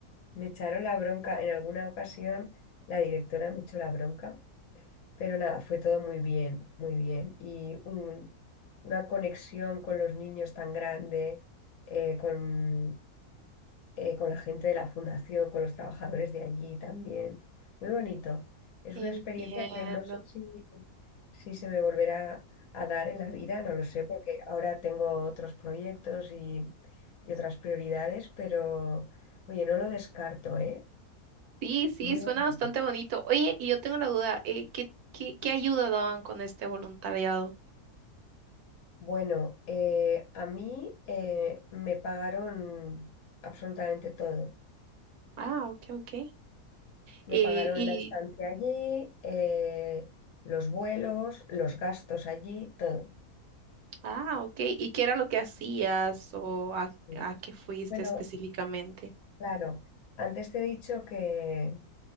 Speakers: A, on the left; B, on the right.
A: Me echaron la bronca en alguna ocasión, la directora me echó la bronca, pero nada, fue todo muy bien, muy bien. Y un- una conexión con los niños tan grande, eh, con, eh, con la gente de la fundación, con los trabajadores de allí también. Muy bonito. Es
B: entiendo.
A: una experiencia que no sé si, si se me volverá a dar en la vida, no lo sé, porque ahora tengo otros proyectos y, y otras prioridades, pero oye, no lo descarto, ¿eh?
B: Sí, sí,
A: Muy
B: suena
A: bonito.
B: bastante bonito. Oye, y yo tengo la duda, eh, ¿qué, qué, qué ayuda daban con este voluntariado?
A: Bueno, eh, a mí eh, me pagaron absolutamente todo.
B: Ah, ok, ok.
A: Me
B: Eh,
A: pagaron
B: y,
A: la estancia allí, eh, los vuelos, los gastos allí, todo.
B: ah, ok. ¿Y qué era lo que hacías o a,
A: Sí.
B: a qué fuiste
A: Bueno,
B: específicamente?
A: claro, antes te he dicho que,